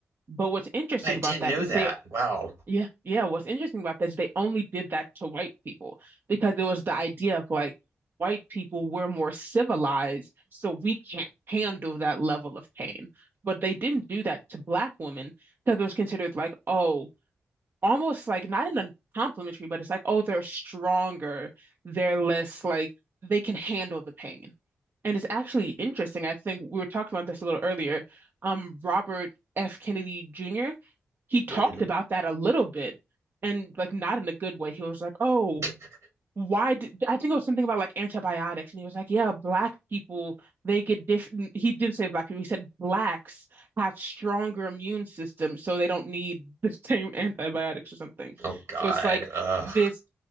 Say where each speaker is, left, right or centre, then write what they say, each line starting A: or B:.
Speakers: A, on the right (about 50°); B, on the right (about 70°).
A: But what's interesting
B: I didn't
A: about that
B: know
A: is
B: that.
A: they
B: Wow.
A: Yeah, yeah. What's interesting about that is they only did that to white people because it was the idea of like white people were more civilized, so we can't handle that level of pain. But they didn't do that to black women because it was considered like, oh, almost like not in a complimentary, but it's like, oh, they're stronger, they're less like they can handle the pain. And it's actually interesting. I think we were talking about this a little earlier. Um, Robert F. Kennedy Jr., he talked
B: Mhm.
A: about that a little bit and like not in a good way. He was like, oh,
B: <laughs>
A: why did I think it was something about like antibiotics, and he was like, "Yeah, black people they get different." He didn't say black people. He said blacks have stronger immune systems, so they don't need <laughs> the same antibiotics or something.
B: Oh God.
A: So it's like
B: Ugh.
A: this